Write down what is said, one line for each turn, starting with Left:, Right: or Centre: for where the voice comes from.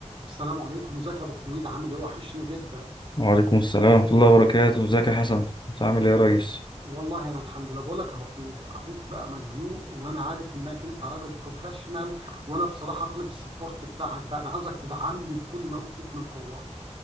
Right: السلام عليكم ازيك يا ابو حميد عامل ايه وحشني جدا
Left: وعليكم السلام ورحمة الله وبركاته ازيك يا حسن انت عامل ايه يا ريس
Right: والله انا الحمد لله بقول لك يا ابو حميد اخوك بقى مزنوق وانا عارف انك انت راجل بروفيشنال وانا بصراحه طالب السبورت بتاعك بقى انا عاوزك تدعمني بكل ما اوتيت من قوه